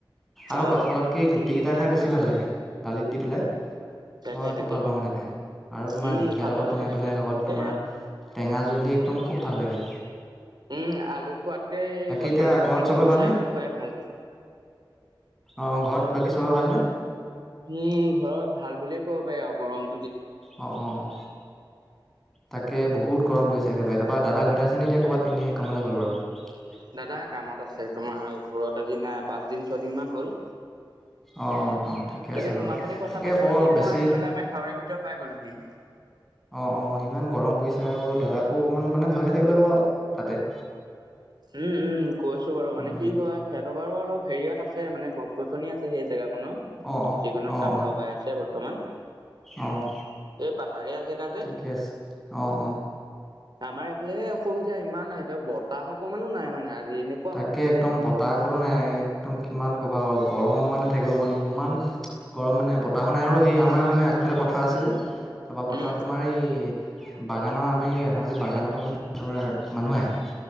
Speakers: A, in the centre; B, on the right.
A: আৰু
B: অ
A: কঁঠালত কেই গুটিকিটা খাই বেছি ভাল লাগে দালিত দি পেলাই।
B: তাকে
A: মই খুব
B: তাকে
A: ভাল পাওঁ মানে খাই আৰু তোমাৰ
B: উম
A: ঢেঁকীয়া
B: খাব
A: লগত
B: লাগে
A: বনাই
B: সেইবিলাক
A: পেলাই লগত তোমাৰ
B: এ
A: টেঙা জুল দি একদম খুব ভাল লাগে।
B: উম আলু খোৱাতকে এই
A: বাকী
B: কঁঠালত
A: এতিয়া
B: গুটিটো
A: ঘৰত চবৰে
B: গুচাই
A: ভালনে?
B: লৈ খোৱাই ভাল।
A: অ ঘৰত বাকী চবে ভালনে?
B: উম ঘৰত ভাল বুলিয়ে ক'ব পাৰি আৰু গৰম
A: অ অ অ। তাকে বহুত গৰম পৰিছে একেবাৰে, তাপা দাদা ঘৰতে আছে নে এতিয়া ক'ৰবাত এনেই কামলৈ গ'ল বাৰু?
B: দাদা কামত আছে তোমাৰ ঘৰত আজি নাই পাঁচ দিন ছয়দিন মান হ'ল।
A: অ', অ', অ', ঠিকে আছে
B: তাকে
A: বাৰু।
B: তোমাৰ সৈতে কথা
A: তাকে
B: পাতি
A: বৰ
B: পাতি
A: বেছি
B: মই আহি পেলাই মেথাউৰি ভিতৰ পাই গলোহি।
A: অঁ অঁ ইমান গৰম পৰিছে আৰু দাদাকো অকণমান মানে ভালকৈ থাকিবলে কবা আও। তাতে
B: উম উম কৈছো বাৰু, মানে
A: উম,
B: কি
A: উম,
B: হয় সিহঁতৰ বাওঁ অলপ হেৰিয়ত আছোনে গছ গছনি আছে সেই জেগাকনত।
A: অ', অ',
B: যিকোনো
A: অ',
B: কাম
A: অ',
B: লগাই আছে বৰ্তমান।
A: অ',
B: এই পাহাৰীয়া জেগা যে।
A: ঠিকে আছে। অ', অ'।
B: আমাৰ এইফালে সে অসুবিধা ইমান এতে বতাহ অকমানো নাই মানে আজি এনে
A: তাকে একদম বতাহ কোনো নাই একদম কিমান ক'বা আৰু গৰমৰ মানে থাকিব পৰা নাই ইমান গৰম মানে বতাহো নাই আৰু সেই আমাৰ মানে আগফালে পথাৰ আছে যে তাপা পথাৰত
B: উম
A: তোমাৰ এই বাগানৰ আমাৰামতি বাগানৰ পা মানে তোমাৰ মানুহ আহে।